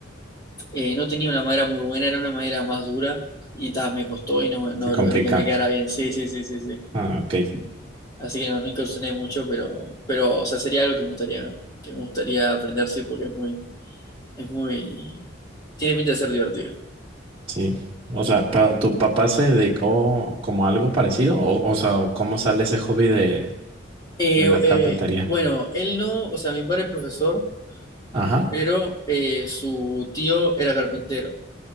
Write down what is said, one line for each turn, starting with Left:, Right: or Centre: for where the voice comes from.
Left: eh, no tenía una madera muy buena, era una madera más dura y ta, me costó y no, no
Right: se complica.
Left: logré que me quedara bien. Sí, sí, sí, sí, sí.
Right: Ah, ok.
Left: Así que no, no incursioné mucho, pero, pero, o sea, sería algo que me gustaría, que me gustaría aprender, sí, porque es muy, es muy, tiene pinta de ser divertido.
Right: Sí. O sea, ¿pero tu papá se dedicó como a algo parecido? O, o sea, ¿o ¿cómo sale ese hobby de,
Left: Eh,
Right: de la
Left: eh,
Right: carpintería?
Left: bueno, él no, o sea, mi padre es profesor,
Right: Ajá.
Left: pero eh, su tío era carpintero.